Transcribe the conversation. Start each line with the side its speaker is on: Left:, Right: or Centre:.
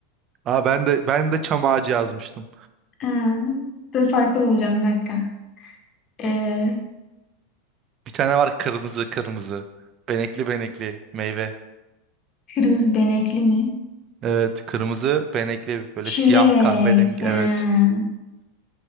Right: Aa ben de ben de çam ağacı yazmıştım.
Left: Ha, dur farklı bulacağım bir dakika. Ee,
Right: Bir tane var kırmızı kırmızı. Benekli benekli meyve.
Left: kırmızı benekli mi?
Right: Evet kırmızı benekli böyle
Left: Çilek.
Right: siyah kahverengi
Left: Ha,
Right: evet.